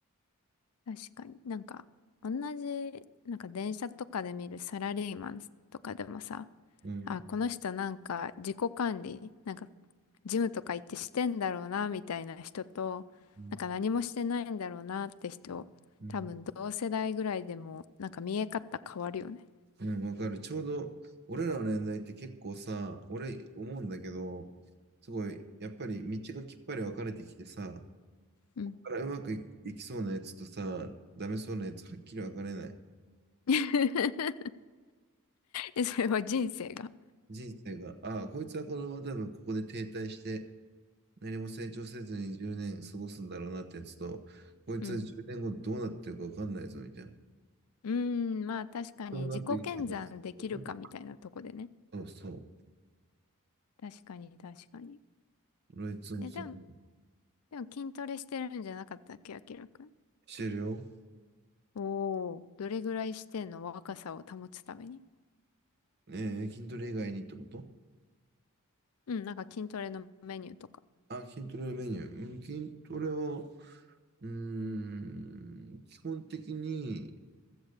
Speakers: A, on the left; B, on the right.
A: 確かに。なんか、同じ、なんか電車とかで見るサラリーマンとかでもさ、
B: うん。
A: あ、この人なんか自己管理、なんかジムとか行ってしてんだろうな、みたいな人と、
B: うん。
A: なんか何もしてないんだろうなって人、
B: うん。
A: 多分同世代ぐらいでも、なんか見え方変わるよね。
B: うんわかる。ちょうど、俺らの年代って結構さ、俺思うんだけど、すごい、やっぱり道がきっぱり分かれてきてさ、
A: うん。
B: からうまくい、いきそうなやつとさ、ダメそうなやつはっきり分かれない。
A: <laughs> え、それは人生が。
B: 人生が、ああ、こいつはこのまま多分ここで停滞して、何も成長せずに10年過ごすんだろうなってやつと、こいつは10年後どうなってるか分かんないぞみたいな。
A: うん。うーん、まあ確かに自己検算できるかみたいなとこでね。
B: ともなくいい生活そうだね。そうそう。
A: 確かに、確かに。
B: 俺はいつもそう思う。
A: え、でもでも筋トレしてるんじゃなかったっけ、あきらくん。
B: してるよ。
A: おー。どれぐらいしてんの若さを保つために。
B: ねえー、筋トレ以外にってこと
A: うん、なんか筋トレのメニューとか。
B: あ、筋トレのメニュー。うん、筋トレは、うーん、基本的に、